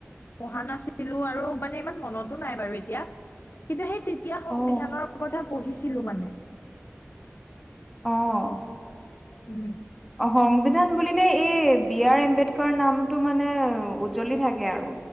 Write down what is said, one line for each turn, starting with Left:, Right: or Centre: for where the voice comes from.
Left: পঢ়া নাছিলো আৰু মানে ইমান মনতো নাই বাৰু এতিয়া কিন্তু সেই তেতিয়া সংবিধানৰ
Centre: অ
Left: কথা পঢ়িছিলো মানে
Centre: অহ
Left: উম
Centre: সংবিধান বুলিলে এই বি আৰ আম্বেদকাৰ নামটো মানে উ্জ্বলি থাকে আৰু